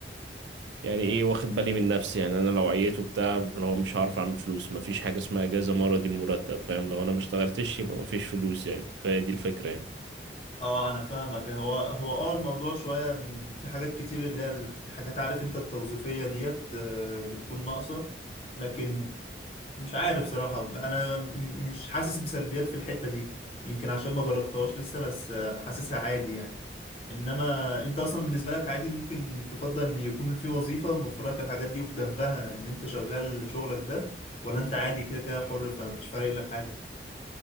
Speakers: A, on the right; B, on the left.
A: يعني ايه واخد بالي من نفسي يعني انا لو عييت وبتاع اللي هو مش هعرف اعمل فلوس مفيش حاجه اسمها اجازه مرضي مرتب فاهم لو انا ما اشتغلتش يبقى مفيش فلوس يعني فهي دي الفكره يعني
B: اه انا فاهمك هو هو اه الموضوع شويه ان في حاجات كتير اللي هي الحاجات عارف انت التوظيفيه ديت آه، بتكون ناقصه لكن مش عارف صراحه انا م- مش حاسس بسلبيات في الحته دي يمكن عشان ما جربتهاش لسه بس آه، حاسسها عادي يعني انما انت اصلا بالنسبه لك عادي ممكن تفضل ان يكون في وظيفه موفر لك الحاجات دي وفي جنبها ان انت شغال شغلك ده ولا انت عادي كده كده حر فمش فارق لك حاجه